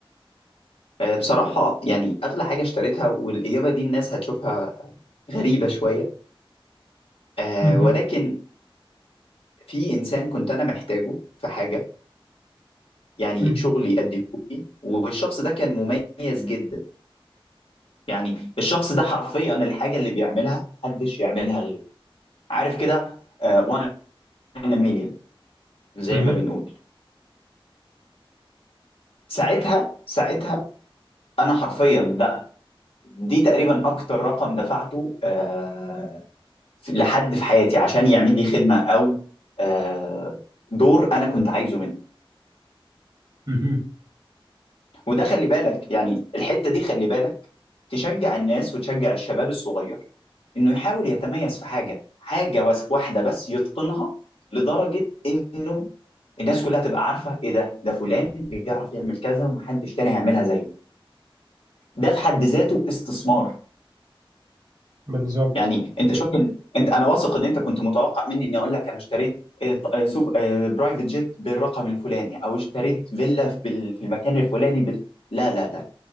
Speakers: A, on the left (about 85°); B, on the right (about 45°).
A: آه، بصراحه يعني اغلى حاجه اشتريتها والاجابه دي الناس هتشوفها غريبه شويه آه،
B: مهم.
A: ولكن في انسان كنت انا محتاجه في حاجه يعني
B: مهم.
A: شغل يأديهولي والشخص ده كان مميز جدا يعني الشخص ده حرفيا الحاجة اللي بيعملها محدش يعملها غيره عارف كده وان ان مليون زي
B: مهم.
A: ما بنقول ساعتها ساعتها انا حرفيا لا دي تقريبا اكتر رقم دفعته آه، في- لحد في حياتي عشان يعمل لي خدمة او آه، دور انا كنت عايزه منه
B: مهم.
A: وده خلي بالك يعني الحتة دي خلي بالك تشجع الناس وتشجع الشباب الصغير انه يحاول يتميز في حاجه حاجه بس واحده بس يتقنها لدرجه انه الناس كلها تبقى عارفه ايه ده ده فلان بيعرف يعمل كذا ومحدش تاني هيعملها زيه ده في حد ذاته استثمار
B: بالظبط
A: يعني انت شفت انت انا واثق ان انت كنت متوقع مني اني اقول لك انا اشتريت آه، ط- آه، سوب آه، برايفت جيت بالرقم الفلاني او اشتريت فيلا في بال- في المكان الفلاني بال... لا لا لا